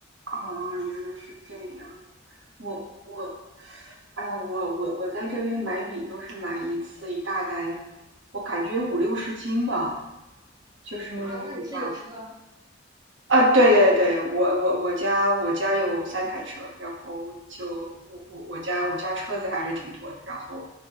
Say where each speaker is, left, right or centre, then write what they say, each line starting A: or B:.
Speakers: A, on the right (about 65°); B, on the right (about 20°).
A: 哦，原来是这样。我我，哎，我我我在这边买米都是买一次一大袋，我感觉五六十斤吧，就是那种很大
B: 啊。那你是有车，
A: 啊，对对对，我我我家我家有三台车，然后就我我我家我家车子还是挺多的，然后